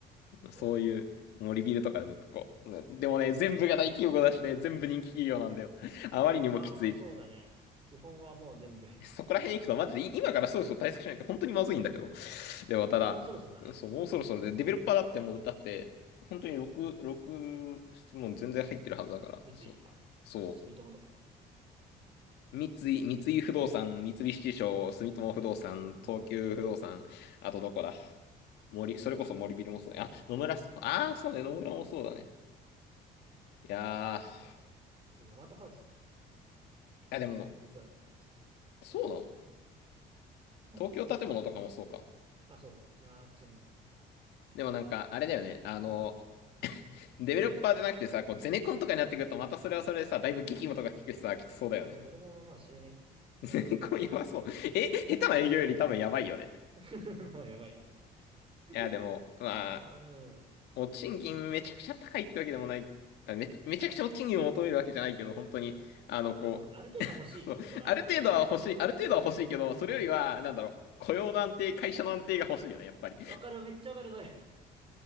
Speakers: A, on the left; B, on the right.
A: う、
B: そうだね。
A: そういう、もうリビルとかでも一個こう、うんでもね、全部が大企業だしね、全部人気企業なんだよ。<laughs> あまりにもきつい。
B: まあ、そうだね。基本はもう全部 <laughs> い
A: そこら辺行くと、マジでい今からそろそろ対策しないと本当にまずいんだけど。でもまただ、
B: や、もうそろそろだね。
A: そう、もうそろそろで、デベロッパーだってもう、
B: 見てるよ。
A: だって、本当に6、6、もう全然入ってるはずだから、
B: 三井とか、
A: そう。そ
B: 住友とか、
A: う。三井、三井不動産、三菱地所、住友不動産、
B: 住友不動産、
A: 東急不動産、あとどこだ森、それこそ森ビルもそうだよ。
B: 野村。
A: あ、野村、ああ、そうね、
B: ほら、
A: 野村もそうだね。いやー、
B: あとは、ヤマトハウス、
A: あ、でも、
B: 実はちょっと強い。
A: そうなの
B: うん。まあ、
A: 東京建物とかもそうか。
B: まあそこそこだ。あ、そうだ。あー、強いねと。
A: でもなんか、あれだよね、あの、
B: うん。
A: デベロッパーじゃなくてさ、こう、ゼネコンとかになってくると、またそれはそれでさ、だいぶ激務とか聞くしさ、きつそうだよね。
B: あ、ゼロコンはまあ死ぬね。
A: <laughs>
B: それは、
A: ゼネコンやばそう。え、下手な営業より多分やばいよね。
B: しょうがない。<laughs> まあ、やばいだろうね。<laughs>
A: いや、でも、まあ、
B: あ、あれは、うん。
A: お賃金めちゃくちゃ高いってわけでもない。あめ、めちゃくちゃお賃金を求めるわけじゃないけど、本当に、あの、こう、
B: まあそうね。ある程度は欲しいところあるじゃん、
A: <laughs> そう、ある程度は欲しい、
B: 正直。
A: ある程度は欲しいけど、
B: <laughs>
A: それよりは、なんだろう、雇用の安定、
B: うん。
A: 会社の安定が欲しいよね、やっぱり。
B: わかる、めっちゃわかる、それ。